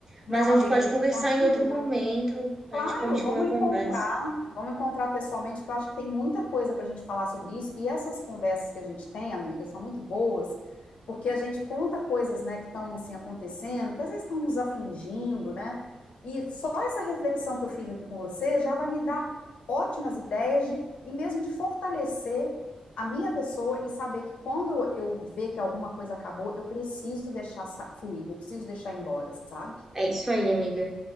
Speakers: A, on the left; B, on the right.
A: Não,
B: mas a gente
A: amiga,
B: pode
A: a gente
B: conversar
A: continua.
B: em outro momento. A
A: Claro,
B: gente continua
A: vamos
B: a conversa.
A: encontrar, vamos encontrar pessoalmente, que eu acho que tem muita coisa para a gente falar sobre isso. E essas conversas que a gente tem, amigas, são muito boas, porque a gente conta coisas, né, que estão assim acontecendo, que às vezes estão nos afligindo, né? E só essa reflexão que eu fiz aqui com você já vai me dar ótimas ideias de, e mesmo de fortalecer a minha pessoa e saber que quando eu ver que alguma coisa acabou, eu preciso deixar sa- fluir, eu preciso deixar ir embora, sabe?
B: É isso aí, amiga.